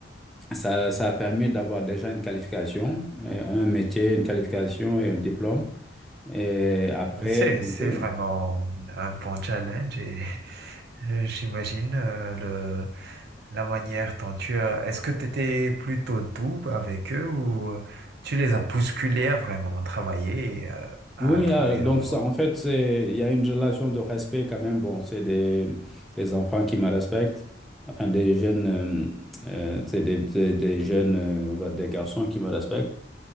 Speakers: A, in the centre; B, on the right.
A: ça, ça a permis d'avoir déjà une qualification, euh, un métier, une qualification et un diplôme. Et après,
B: Euh, C'est,
A: donc,
B: c'est
A: euh,
B: vraiment un bon challenge et <laughs> euh, j'imagine euh, le, la manière dont tu as... Est-ce que tu étais plutôt doux avec eux ou euh, tu les as bousculés à vraiment travailler et euh, à
A: oui,
B: trouver
A: euh, donc,
B: leur voie?
A: ça, en fait, c'est, il y a une relation de respect quand même. Bon, c'est des, des enfants qui me respectent, enfin, des jeunes, euh, euh, c'est des, des, des jeunes, euh, des garçons qui me respectent.